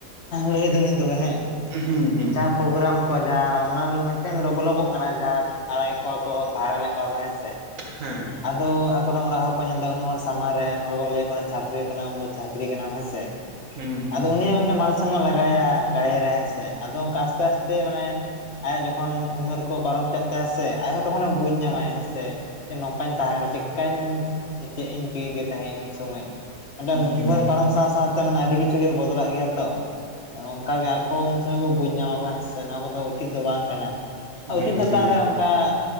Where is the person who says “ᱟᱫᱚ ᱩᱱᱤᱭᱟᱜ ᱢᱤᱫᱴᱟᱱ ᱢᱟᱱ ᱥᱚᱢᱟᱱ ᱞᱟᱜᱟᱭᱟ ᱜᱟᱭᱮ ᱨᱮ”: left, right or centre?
Left